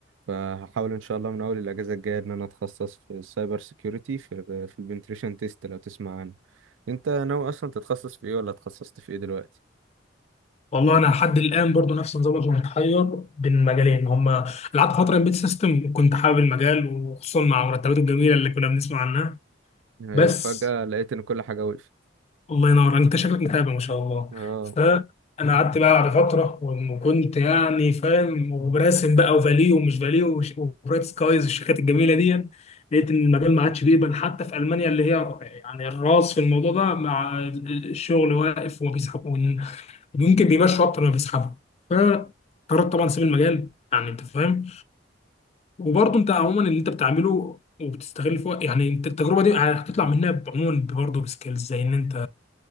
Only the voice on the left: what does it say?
والله انا لحد الان برضو نفس نظامك انا متحير بين المجالين هما قعدت فتره امبيد سيستم كنت حابب المجال وخصوصا مع مرتباته الجميله اللي كنا بنسمع عنها
بس
الله ينور انت شكلك متابع ما شاء الله
فانا قعدت بقى بعد فتره وكنت يعني فاهم وبراسم بقى وفاليو ومش فاليو وش- وبرايت سكايز والشركات الجميله دي لقيت ان المجال ما عادش بيقبل حتى في المانيا اللي هي يعني الراس في الموضوع ده مع الشغل واقف وما بيسحبوا، ممكن بيمشوا اكتر ما بيسحبوا فقررت طبعا اسيب المجال يعني انت فاهم وبرضه انت عموما اللي انت بتعمله وبتستغل فيه يعني انت التجربه دي هتطلع منها عموما برضه بسكيلز زي ان انت